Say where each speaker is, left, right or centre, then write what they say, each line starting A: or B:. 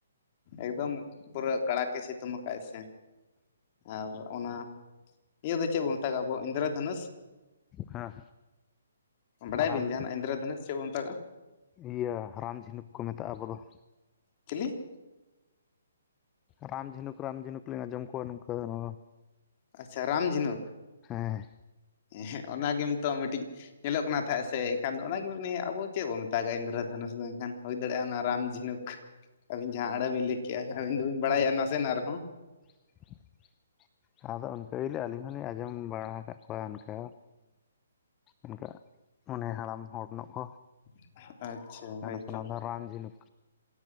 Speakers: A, on the left; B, on the left.
A: ᱮᱠᱫᱚᱢ ᱯᱩᱨᱟᱹ ᱠᱟᱲᱟᱠᱮ ᱥᱤᱛᱩᱢ ᱟᱠᱟᱜᱼᱟᱭ ᱥᱮ ᱟᱨ ᱚᱱᱟ ᱤᱭᱟᱹ ᱫᱚ ᱪᱮᱫ ᱵᱚᱱ ᱢᱮᱛᱟᱜᱼᱟ ᱟᱵᱚ ᱟᱜ ᱤᱱᱫᱨᱟ ᱫᱷᱚᱱᱩᱥ?
B: ᱦᱮᱸ
A: ᱵᱟᱰᱟᱭᱟ
B: ᱨᱟᱢ
A: ᱵᱤᱱ ᱡᱟᱦᱟᱱᱟᱜ ᱤᱱᱫᱨᱟ ᱫᱷᱚᱱᱩᱥ ᱪᱮᱫ ᱵᱚ ᱢᱮᱛᱟᱜᱟᱜᱼᱟ?
B: ᱤᱭᱟᱹ ᱦᱟᱨᱟᱢ ᱡᱷᱤᱱᱩᱠ ᱠᱚ ᱢᱮᱛᱟᱜᱼᱟ ᱟᱵᱚ ᱫᱚ ᱾
A: ᱪᱷᱤᱞᱤ?
B: ᱨᱟᱱ ᱡᱷᱤᱱᱩᱠ ᱨᱟᱱ ᱡᱷᱤᱱᱩᱠ ᱞᱤᱧ ᱟᱸᱡᱚᱢ ᱠᱚᱣᱟ ᱱᱚᱝᱠᱟ ᱦᱚᱸ‌᱾
A: ᱟᱪᱪᱷᱟ ᱨᱟᱢ ᱡᱷᱤᱱᱩᱠ᱾
B: ᱦᱮᱸ
A: ᱦᱮᱸ ᱚᱱᱟᱜᱮ ᱱᱤᱛᱚᱜ ᱢᱤᱫᱴᱤᱡ ᱧᱮᱞᱚᱜ ᱠᱟᱱᱟ ᱛᱟᱦᱮᱸᱫ ᱥᱮ ᱮᱱᱠᱷᱟᱱ ᱫᱚ ᱚᱱᱟᱜᱮ ᱢᱮᱱᱟ ᱟᱵᱚ ᱪᱮᱫ ᱵᱚᱱ ᱢᱮᱛᱟᱜᱼᱟ ᱤᱱᱫᱨᱚ ᱫᱷᱚᱱᱩᱥ ᱫᱚ ᱮᱱᱠᱷᱟᱱ ᱦᱩᱭ ᱫᱟᱲᱮᱭᱟᱜᱼᱟ ᱚᱱᱟ ᱨᱟᱢ ᱡᱷᱤᱱᱩᱠ᱾ ᱟᱹᱵᱤᱱ ᱡᱟᱦᱟᱸ ᱟᱹᱲᱟᱹ ᱵᱤᱱ ᱞᱟᱹᱭ ᱠᱮᱜᱼᱟ ᱾ ᱟᱹᱵᱤᱱ ᱫᱚᱵᱤᱱ ᱵᱟᱲᱟᱭᱟ ᱱᱟᱥᱮᱱᱟᱜ ᱨᱮᱦᱚᱸ᱾
B: <unintelligible> ᱟᱫᱚ ᱚᱱᱠᱟ ᱜᱮᱞᱤᱧ ᱟᱹᱞᱤᱧ ᱦᱚᱸᱞᱤᱧ ᱟᱸᱡᱚᱢ ᱵᱟᱲᱟ ᱠᱟᱜ ᱠᱚᱣᱟ ᱚᱱᱠᱟ᱾ ᱚᱱᱠᱟ ᱢᱟᱱᱮ ᱦᱟᱲᱟᱢ ᱦᱚᱲ ᱢᱮᱱᱟᱜ ᱠᱚ
A: <unintelligible>
B: ᱢᱮᱱ
A: ᱦᱳᱭᱛᱚ
B: ᱟᱠᱚ ᱱᱚᱣᱟ ᱫᱚ ᱨᱟᱢ ᱡᱷᱤᱱᱩᱠ᱾